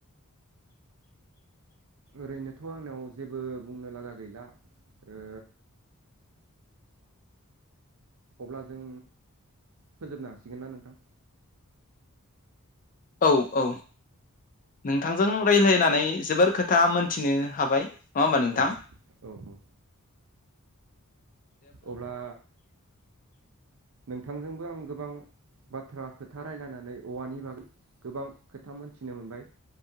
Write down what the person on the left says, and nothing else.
औ औ नोंथांजों रायज्लायनानै जोबोर खोथा मोनथिनो हाबाय नङा होमबा नोंथां